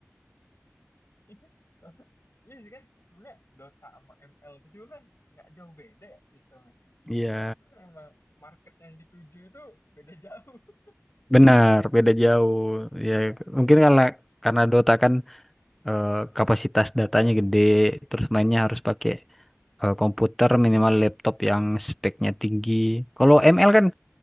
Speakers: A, on the left; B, in the centre.
A: Iya <laughs> Iya sih kan sebenarnya Dota sama ML itu juga kan nggak jauh beda ya sistemnya.
B: Iya,
A: Cuman emang market yang dituju itu beda jauh. <laughs>
B: benar, beda jauh. Ya mungkin karena karena Dota kan eh, kapasitas datanya gede, terus mainnya harus pakai eh, komputer minimal laptop yang speknya tinggi. Kalau ML kan